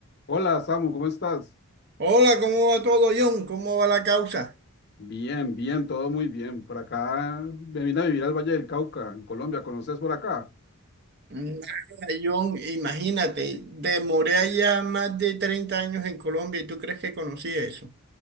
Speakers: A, on the left (about 45°); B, on the right (about 45°).
A: Hola, Samu, ¿cómo estás?
B: Hola, ¿cómo va todo, John? ¿Cómo va la causa?
A: Bien, bien, todo muy bien. Por acá me vine a vivir al Valle del Cauca, en Colombia. ¿Conoces por acá?
B: Nada, John, imagínate, demoré allá más de 30 años en Colombia y tú crees que conocí eso.